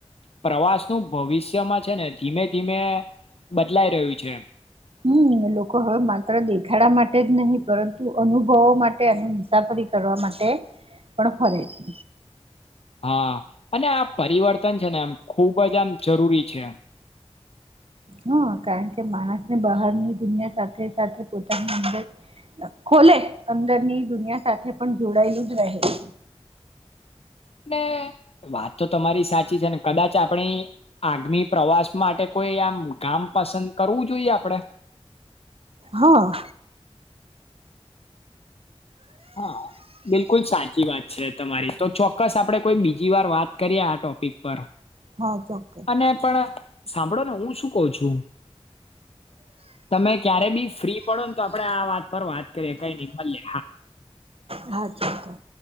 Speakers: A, on the left; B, on the right.
A: પ્રવાસનું ભવિષ્યમાં છે, ને ધીમે ધીમે બદલાઈ રહ્યું છે.
B: હમ લોકો હવે માત્ર દેખાડા માટે જ નહી પરંતુ અનુભવો માટે અને મુસાફરી કરવા માટે પણ ફરે છે.
A: હા અને આ પરિવર્તન છે ને આમ ખૂબ જ આમ જરૂરી છે.
B: હા કારણ કે માણસને બહારની દુનિયા સાથે સાથે પોતાની અંદર ખોલે અંદરની દુનિયા સાથે પણ જોડાયેલું જ રહે.
A: ને આ તો તમારી સાચી છે ને કદાચ આપણી. આગમી પ્રવાસ માટે કોઈ આમ ગામ પસંદ કરવું જોઈએ આપડે.
B: હા.
A: હા બિલકુલ સાચી વાત છે તમારી તો ચોક્કસ આપડે કોઈ બીજી વાર વાત કરીએ આ ટોપિક પર
B: હા ચોક્કસ.
A: અને પણ સાંભળો ને હું શું કહુ છું તમે ક્યારે બી ફ્રી પડો ને તો આપડે આ વાત પર વાત કરીએ. કાંઈ નઈ ફરી.
B: હા ચોક્કસ.